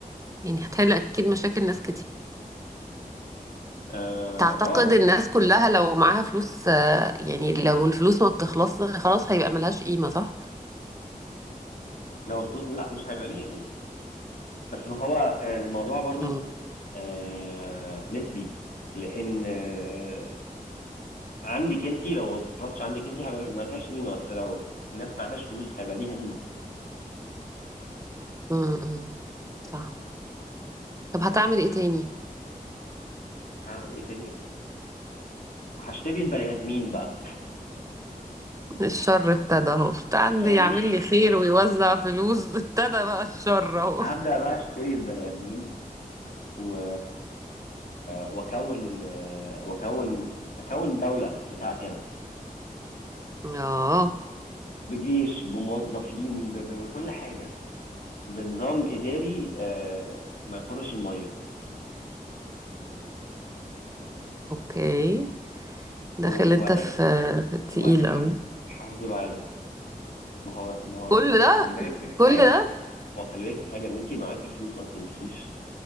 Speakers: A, on the right (about 20°); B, on the left (about 80°).
A: يعني هتحل اكيد مشاكل ناس كتير
B: اه
A: تعتقد
B: آه،
A: الناس كلها لو معاها فلوس آه، يعني لو الفلوس ما بتخلصش خلاص هيبقى ملهاش قيمة صح
B: لو الفلوس لا مش هيبقى ليه يعني بس ما هو آه، الموضوع برضو
A: امم
B: آه، نسبي لان آه، عندك انت لو ما بتخلصش عندك انت هيبقى ملهاش قيمه بس لو الناس معهاش فلوس هيبقى ليها قيمه
A: امم صح طب هتعمل ايه تاني
B: هعمل ايه تاني هشتري البني ادمين بقى
A: الشر ابتدى اهو كنت عندي
B: يعني
A: يعمل
B: <laughs>
A: لي خير ويوزع فلوس <laughs> ابتدى بقى الشر اهو
B: هبدا بقى اشتري البني ادمين و... واكون واكون اكون دولة بتاعتي انا
A: اه
B: بجيش بموظفين ب... ب... بكل حاجة بنظام اداري آه، ما يخرش المية
A: اوكي داخل
B: و-
A: انت
B: وبعدين
A: في في التقيل
B: وبعدين هن-
A: قوي
B: هغزو العالم ما هو ما هو
A: كل
B: ما هو
A: ده
B: خلي بالك من-
A: كل
B: ايوه
A: ده
B: ما هو خلي بالك من حاجة ان انت معاكي فلوس ما بتنتهيش